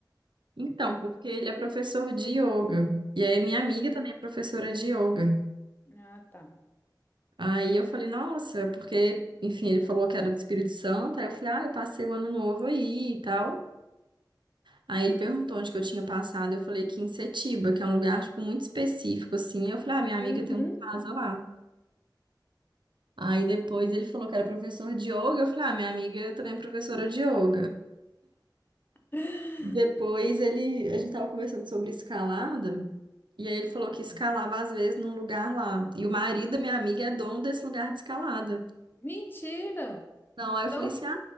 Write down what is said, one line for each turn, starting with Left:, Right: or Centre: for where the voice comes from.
Right: Então, porque ele é professor de yoga. E aí minha
Left: Hum,
Right: amiga também é professora de yoga.
Left: ah, tá.
Right: Aí eu falei, nossa, porque, enfim, ele falou que era do Espírito Santo. Aí eu falei, ah, eu passei o ano novo aí e tal. Aí ele perguntou onde que eu tinha passado, eu falei que em Setiba, que é um lugar, tipo, muito específico, assim. Eu falei, ah, minha
Left: Uhum.
Right: amiga tem uma casa lá. Aí depois ele falou que era professor de yoga, eu falei, ah, minha amiga também é professora de yoga.
Left: <gasps>
Right: Depois ele, a gente tava conversando sobre escalada, e aí ele falou que escalava às vezes num lugar lá. E o marido da minha amiga é dono desse lugar de escalada.
Left: Mentira!
Right: Não, aí
Left: Então,
Right: eu falei assim, ah,